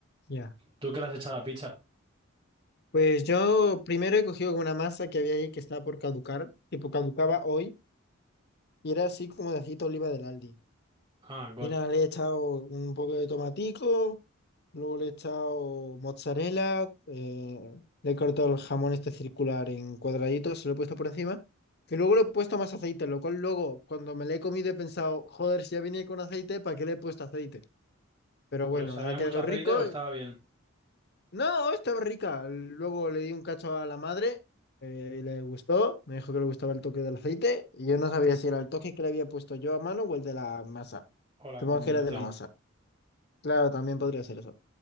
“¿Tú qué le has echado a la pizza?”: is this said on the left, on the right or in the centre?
Right